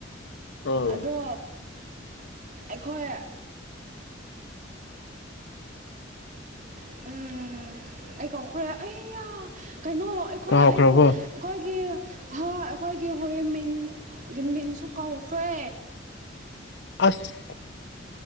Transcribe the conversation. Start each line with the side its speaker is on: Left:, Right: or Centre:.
Left: ꯎꯝ
Right: ꯑꯗꯣ꯫ ꯑꯩꯈꯣꯏ꯫ ꯎ ꯑꯩ ꯀꯧꯈ꯭ꯔꯦ ꯑꯩ ꯀꯩꯅꯣ ꯑꯩꯈꯣꯏ
Left: ꯀꯥꯎꯈ꯭ꯔꯕꯣ
Right: ꯑꯩꯒ꯫ ꯑꯩꯈꯣꯏꯒꯤ ꯍ ꯑꯩꯈꯣꯏꯒꯤ ꯍꯣꯏ ꯃꯤꯡꯒꯤ ꯃꯤꯡꯁꯨ ꯀꯧꯈ꯭ꯔꯦ꯫
Left: ꯑꯁ